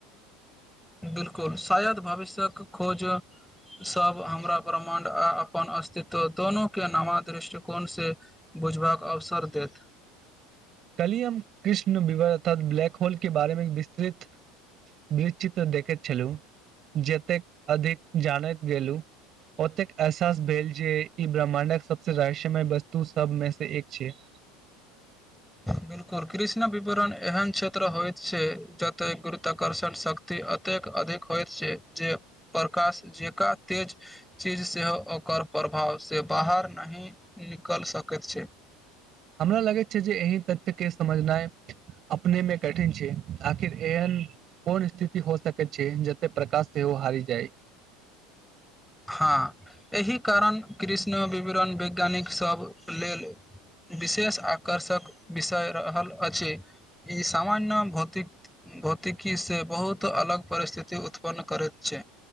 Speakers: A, in the centre; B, on the right (about 25°).
A: बिल्कुल शायद भविष्यक खोज सब हमरा ब्रह्मण्ड आ अपन अस्तित्व दोनो के नवा दृष्टिकोण से बुझबाक अवसर देत
B: कलियम कृष्ण विवर अर्थ ब्लैक होल के बारेमे विस्तृत वित्र देखैत छलुँ जतेक अधिक जानैत गेलहु ओतेक एहसास भेल जे ई ब्रह्माण्डक सबसे रहस्यमय वस्तु सबमेसे एक छै <inaudible>
A: बिल्कुल कृष्ण विपुरण एहन क्षेत्र होइत छै जते गुरुत्वकर्षण शक्ति एतेक अधिक होइत छै जे प्रकाश जका तेज चीज सेहो ओकर प्रभावसे बाहर नहि निकल सकैत छै
B: <inaudible> हमरा लगैत छै जे एहि तथ्यके समझनाई अपनेमे कठिन छै आखिर एहन कोन स्थिति हो सकैत छै जते प्रकाश सेहो हारि जाई
A: हाँ एहि कारण कृष्ण विवरण वैज्ञानिकसब लेल विशेष आकर्षक विषय रहल अछि ई सामान्य भौतिक भौतिकी से बहुत अलग परिस्थिति उत्पन्न करैत छै